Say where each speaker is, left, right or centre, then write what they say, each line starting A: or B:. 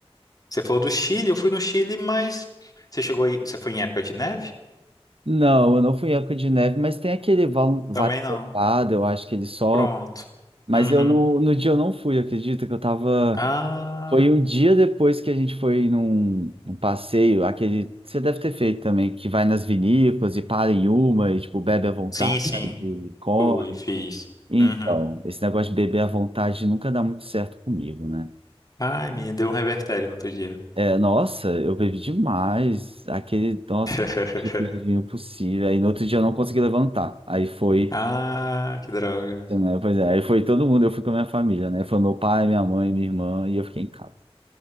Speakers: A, on the left; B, on the right.
A: Você falou do Chile, eu fui no Chile, mas você chegou aí. Você foi em época de neve?
B: Não, eu não fui em época de neve, mas tem aquele val- vale
A: Também não.
B: nevado, eu acho que ele sobe.
A: Pronto.
B: Mas
A: Uhum.
B: eu não, no dia eu não fui, acredita que eu tava.
A: Ah,
B: Foi um dia depois que a gente foi num, num passeio, aquele. Você deve ter feito também, que vai nas vinícolas e para em uma e, tipo, bebe à vontade,
A: sim, sim.
B: e come.
A: Fui, fiz.
B: Então,
A: Uhum.
B: esse negócio de beber à vontade nunca dá muito certo comigo, né?
A: Ai, menina, deu um revertério no outro dia.
B: É, nossa, eu bebi demais, aquele, nossa,
A: <laughs>
B: tipo de vinho possível. Aí no outro dia eu não consegui levantar. Aí foi.
A: Ah, que droga.
B: né? Pois é, aí foi todo mundo, eu fui com a minha família, né? Foi meu pai, minha mãe, minha irmã, e eu fiquei em casa.